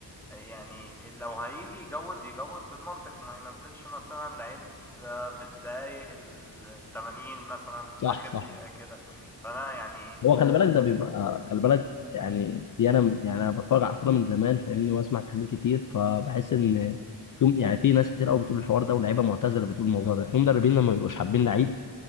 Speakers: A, in the centre; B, on the left (about 50°).
A: يعني لو هيجي يجود يجود بالمنطق ما ينزلش مثلا لعيب آه، في الدقايق التمانين مثلا في
B: صح
A: آخر
B: صح
A: دقيقة كده فأنا يعني
B: هو خلي بالك ده بيبقى خلي بالك يعني دي انا يعني انا بتفرج على الكوره من زمان فاهمني واسمع تحليل كتير فبحس ان في يعني في ناس كتير قوي بتقول الحوار ده ولاعيبه معتزله بتقول الموضوع ده في مدربين لما بيبقوش حابين لعيب